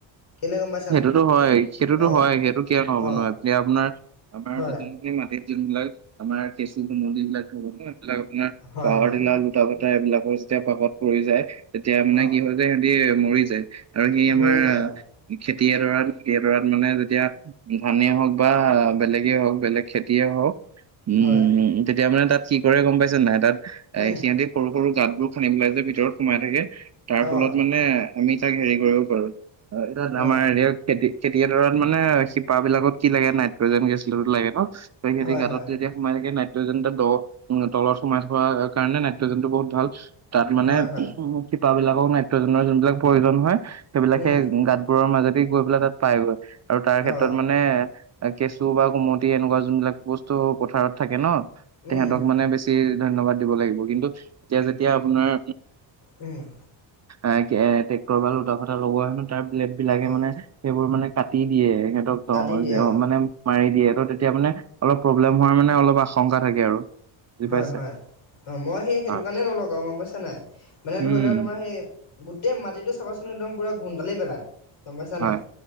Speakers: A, on the left (about 70°); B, on the right (about 35°).
A: কেলে গম পাইছা
B: সেইটোতো
A: নাই।
B: হয় সেইটোতো
A: অ',
B: হয় সেইটো কিয় নহ'ব
A: অ',
B: নোৱাৰ এ আপোনাৰ আমাৰ
A: হয়,
B: মাটিত যোনবিলাক আমাৰ কেঁচু নদী বিলাক হ'ব ন সেইবিলাক আপাৰ
A: হয়,
B: পাহাৰিলা
A: হয়,
B: কটা কত এইবিলাকৰ যেতিয়া পাকত পৰি যায় তেতিয়া মানে
A: অ',
B: কি হয় যোয় সিহঁতি মৰি যায় আৰু সেই আমাৰ
A: মৰি যায় অ',
B: খেতি এডৰাত এডৰাত মানে যেতিয়া। ধান হওক বা, বেলেগেই হওক বেলেগ খেতিয়ে হওক। উম,
A: হয়।
B: তেতিয়া মানে তাত কি কৰে গম পাইছে নাই তাত
A: উম
B: এ সিহঁতি। সৰু সৰু গাতবোৰ খান্দি পেলাই যে ভিতৰত সোমাই থাকে, তাৰ
A: অহ
B: ফলত মানে আমি তাক হেৰি কৰিব পাৰো। তত
A: অহ
B: আমাৰ। খেতি খেতিয়ডৰাত মানে শিপা বিলাকত কি লাগে নাইট্ৰজেন গেছ লাগে ন ত সহতি
A: হয়
B: গাতত।
A: হয়
B: যেতিয়া সোমাই থাকে নাইট্ৰজেন এটা দ তলত সোমাই থকা কাৰণে নাইট্ৰজেন টো বহুত ভাল। তাত মানে
A: হয় হয়
B: উম শিপাবলাকৰ নাইট্ৰজেনৰ যোনবিলাক প্ৰয়োজন হয় সেইবিলাকে
A: উম
B: গাত। কোৰৰ মাজতে গৈ পেলা তাত পাইগৈ আৰু তাৰ
A: অহ
B: ক্ষেত্ৰত মানে। <unintelligible> কেঁচু বা কুমতি এনেকুৱা যোনবিলাক বস্তু পথাৰত থাকে ন,
A: উম
B: তেহঁতক
A: উম
B: মানে বেছি। ধন্যবাদ দিব লাগিব, কিন্তু এতিয়া যেতিয়া আপোনাৰ।
A: উম।
B: আহ ট্ৰেক্টৰ বা লুটা কটা লগোৱা হে নো তাৰ। সেইবিলাকে
A: হয়
B: মানে সেইবোৰ মানে কাটি দিয়ে, সিহঁতক
A: কাটি দিয়ে অ
B: মানে মাৰি দিয়ে ত তেতিয়া মানে। অলপ প্ৰব্লেম হোৱাৰ মানে অলপ আশংকা থাকে আৰু। বুজি
A: হয়
B: পাইছে
A: হয়, অ' মই সেই সেইটো
B: হয়
A: কাৰণে নলওঁ আৰু গম পাইছা নাই মানে
B: উম
A: ধৰি লোৱা তোমাৰ সেই। গোটেই মাটিটো চাবাচোন একদম পুৰা গোন্দালি পেলাই গম পাইছা
B: হয়
A: নাই।